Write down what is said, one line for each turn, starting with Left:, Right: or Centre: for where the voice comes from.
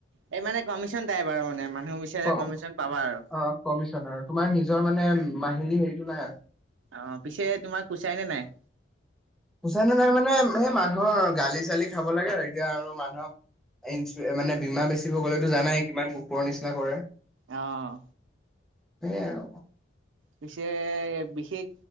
Right: এই মানে কমিশন টাইপ আৰু মানে মানুহ বিচাৰে
Centre: অ'
Right: কমিশন পাবা আৰু
Centre: কমিচন আৰু তোমাৰ নিজৰ মানে মাহিলী হেৰিতটো নাই আৰু।
Right: অহ' পিছে তোমাৰ কোচাই নে নাই?
Centre: পুচাই নে নাই‌ মানে সেই মানুহৰ গালি চালি খাব লাগে আৰু এতিয়া আৰু মানুহক। ইঞ্চু মানে বীমা বেচিব হৈ গ'লেতো জানাই কিমান কুকুৰৰ নিচিনা কৰে।
Right: অহ,
Centre: সেই আৰু।
Right: পিছে বিশেষ।